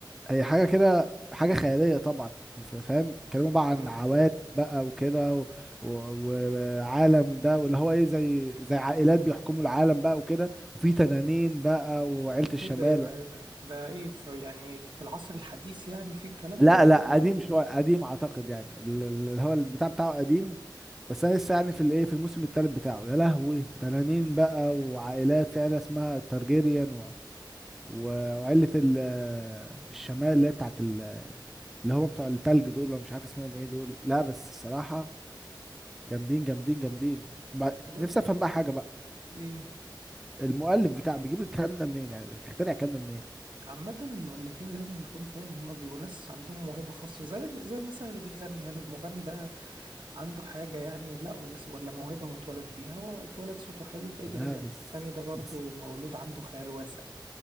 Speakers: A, in the centre; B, on the right.
A: هي حاجه كده حاجه خياليه طبعا ف- فاهم اتكلموا بقى عن
B: مم.
A: عوالم بقى وكده و- و- وعالم ده واللي هو ايه زي زي عائلات بيحكموا العالم بقى وكده وفي تنانين بقى وعيله الشمال
B: ايه ده ايه ده ايه ده ده ايه في يعني في العصر الحديث يعني وفي الكلام
A: لا
B: ده ولا
A: لا
B: حاجات
A: قديم شويه قديم اعتقد يعني ال- ال- اللي هو البتاع بتاعه قديم بس انا لسه يعني في الايه في الموسم الثالث بتاعه يا لهوي تنانين بقى وعائلات في عيله اسمها تارجيريان و- وعيلة ال- الشمال اللي هي بتاعت ال- اللي هم بتوع التلج دول ولا مش عارف اسمهم ايه دول لا بس الصراحة جامدين جامدين جامدين بع-
B: لا.
A: نفسي افهم بقى حاجة بقى
B: ايه
A: المؤلف بتاع بيجيب الكلام ده منين يعني بيقتنع الكلام ده منين
B: عامة المؤلفين لازم يكون فاهم هما بيبقوا ناس عندهم موهبة خاصة زي زي مثلا اللي بيغني هل المغني ده عنده حاجة يعني لا بس ولا موهبة هو اتولد بيها هو اتولد صوته حلو فقدر
A: لا
B: يغني
A: بس
B: التاني ده برضه
A: بس
B: مولود عنده خيال واسع